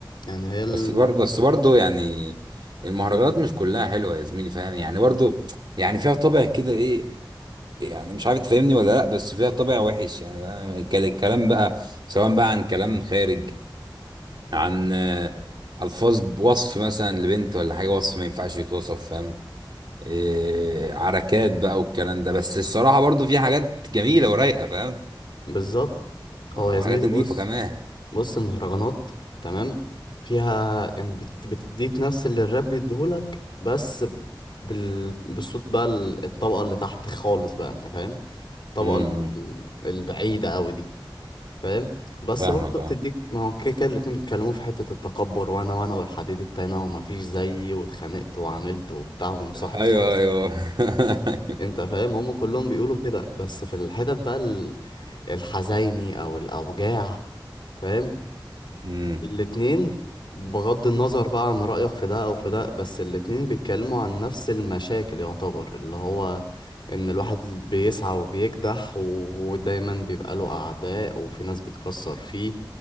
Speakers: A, on the left; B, on the right.
A: يعني هي ال...
B: بس برضه بس برضه يعني المهرجانات مش كلها حلوه يا زميلي فاهم يعني برضه يعني فيها طابع كده ايه يعني مش عارف تفهمني ولا لا بس فيها طابع وحش يعني بقى كل- الكلام بقى سواء بقى عن كلام خارج عن آه، الفاظ ب- وصف مثلا لبنت ولا حاجه وصف ما ينفعش يتوصف فاهم إيه عركات بقى والكلام ده بس الصراحه برضو في حاجات جميله ورايقه فاهم
A: بالظبط هو
B: وحاجات
A: يا زميلي
B: نظيفه
A: بص
B: كمان
A: بص المهرجانات تمام فيها يعني بت- بتديك نفس اللي الراب بيديهولك بس بال... بالصوت بقى ال- الطبقة اللي تحت خالص بقى انت فاهم الطبقة
B: امم
A: ال- البعيدة قوي دي فاهم بس
B: فاهمك
A: برضه بتديك
B: اه
A: ما هو كده كده الاتنين بيتكلموا في حتة التكبر وانا وانا والحديد التاني ومفيش زيي واتخانقت وعملت وبتاع ومصاحب
B: ايوه
A: خمسين
B: ايوه <laughs>
A: انت فاهم هم كلهم بيقولوا كده بس في الحتت بقى ال- الحزيني او الاوجاع فاهم
B: امم
A: الاتنين بغض النظر بقى عن رأيك في ده او في ده بس الاتنين بيتكلموا عن نفس المشاكل يعتبر اللي هو ان الواحد بيسعى وبيكدح و- ودايما بيبقى له اعداء وفي ناس بتكسر فيه